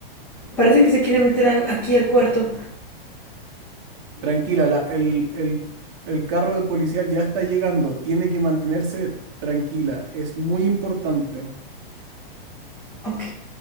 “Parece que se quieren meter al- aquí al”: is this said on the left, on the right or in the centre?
Centre